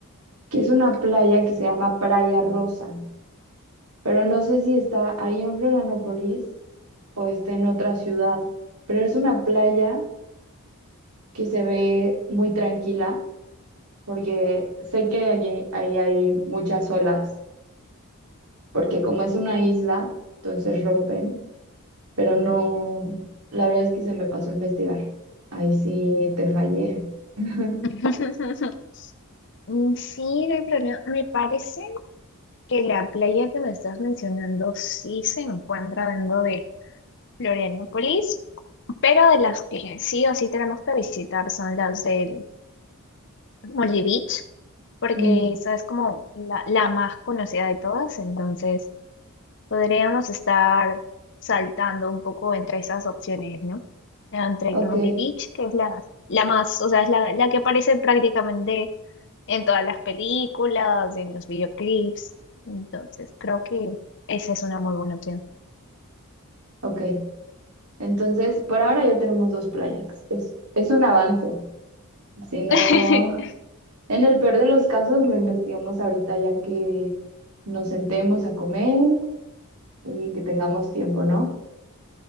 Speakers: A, on the right (about 85°); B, on the left (about 55°).
A: que es una playa que se llama Playa Rosa, pero no sé si está ahí en Florianópolis o está en otra ciudad, pero es una playa que se ve muy tranquila porque sé que allí, ahí hay muchas olas, porque como es una isla, entonces rompen, pero no, la verdad es que se me pasó a investigar. Ahí sí te fallé. <laughs>
B: <laughs> Mm, Sí, de problema. Me parece que la playa que me estás mencionando sí se encuentra dentro de Florianópolis, pero de las que sí o sí tenemos que visitar son las del Molly Beach. porque
A: Mm,
B: esa es como la, la más conocida de todas, entonces podríamos estar saltando un poco entre esas opciones, ¿no? Entre
A: ok,
B: Gnome Beach, que es la, la más, o sea, es la, la que aparece prácticamente en todas las películas, en los videoclips, entonces creo que esa es una muy buena opción.
A: ok. Entonces, por ahora ya tenemos dos playas. Es, es un avance. Si no,
B: <laughs>
A: en el peor de los casos lo investigamos ahorita ya que nos sentemos a comer y que tengamos tiempo, ¿no?